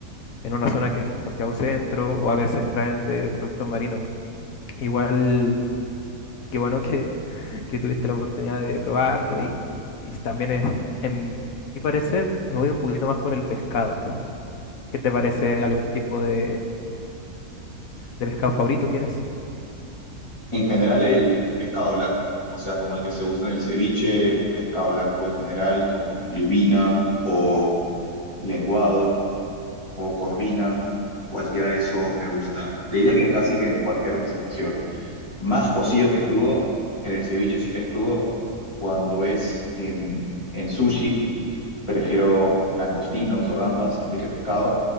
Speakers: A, on the left (about 65°); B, on the left (about 20°).
A: en una zona que es Santiago Centro, o a veces traen de productos marinos. Igual, qué bueno que, que tuviste la oportunidad de probarlo y, y también es, en mi parecer, me voy un poquito más por el pescado. ¿Qué te parece? ¿Algún tipo de, de pescado favorito tienes?
B: En general, el pescado blanco, o sea, como el que se gusta en el ceviche, pescado blanco en general, como lubina o lenguado o Corvina, cualquiera de esos me gusta. Te diría que casi que en cualquier representación. Más cocido que crudo, en el ceviche sí que es crudo. Cuando es en, en sushi, prefiero langostinos o gambas antes que pescado,